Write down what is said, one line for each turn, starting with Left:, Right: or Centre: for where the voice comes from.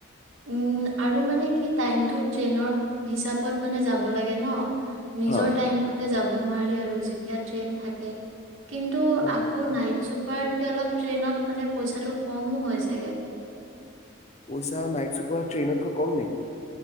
Right: উম, আৰু মানে কি টাইমটো ট্ৰেইনৰ হিচাপত মানে যাব লাগে ন নিজৰ
Left: হা।
Right: টাইমতে যাব নোৱাৰি আৰু যেতিয়া ট্ৰেইন থাকে কিন্তু
Left: অ
Right: আকৌ নাইট চুপাৰ পাৰতকে অলপ ট্ৰেইনত মানে পইচাটো অলপ কমো হয় চাগে
Left: পইছা নাইট চুপাৰতকৈ ট্ৰেইনত কে কম নেকি